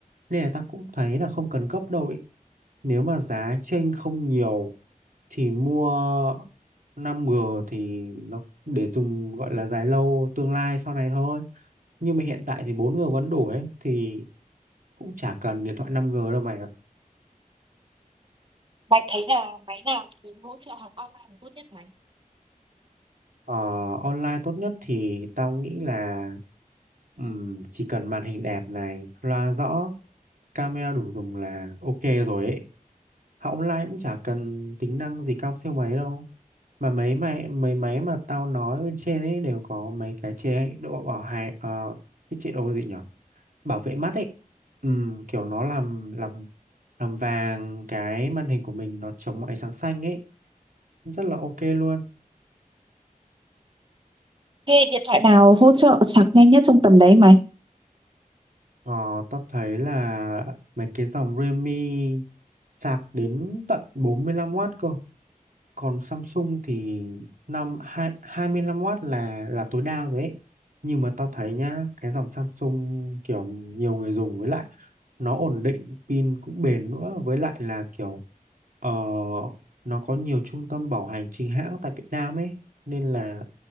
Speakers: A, on the right (about 65°); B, on the right (about 35°).
A: nên là tao cũng thấy là không cần gấp đâu ý. Nếu mà giá chênh không nhiều thì mua 5G thì nó để dùng gọi là dài lâu tương lai sau này thôi. Nhưng mà hiện tại thì 4G vẫn đủ ấy thì cũng chả cần điện thoại 5G đâu mày
B: Mày thấy là máy nào thì hỗ trợ học online tốt nhất mày?
A: Ờ, online tốt nhất thì tao nghĩ là ừm, chỉ cần màn hình đẹp này, loa rõ, camera đủ dùng là ok rồi ấy. Học online cũng chả cần tính năng gì cao siêu mấy đâu. Mà mấy máy mấy máy mà tao nói bên trên ấy đều có mấy cái chế độ bảo hại ờ, cái chế độ gì nhở Bảo vệ mắt ấy. Ừm, kiểu nó làm làm làm vàng cái màn hình của mình nó chống ánh sáng xanh ấy, rất là ok luôn.
B: Thế điện thoại nào hỗ trợ sạc nhanh nhất trong tầm đấy mày?
A: Ờ, tao thấy là mấy cái dòng Realme sạc đến tận 45W cơ. Còn Samsung thì năm hai- 25W là là tối đa rồi ấy. Nhưng mà tao thấy nhá, cái dòng Samsung kiểu nhiều người dùng với lại nó ổn định, pin cũng bền nữa với lại là kiểu ờ, nó có nhiều trung tâm bảo hành chính hãng tại Việt Nam ấy nên là